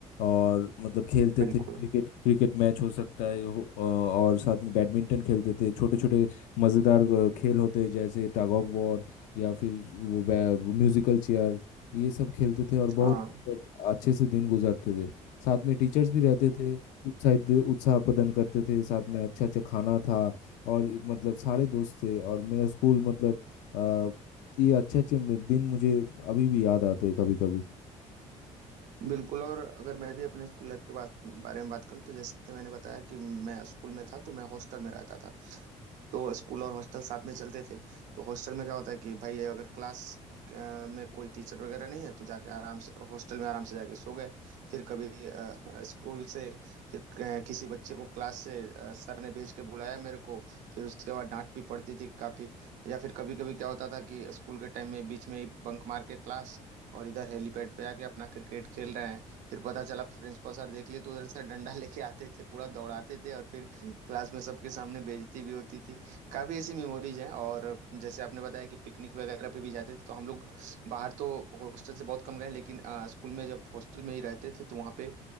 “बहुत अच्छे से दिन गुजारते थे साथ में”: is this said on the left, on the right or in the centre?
Left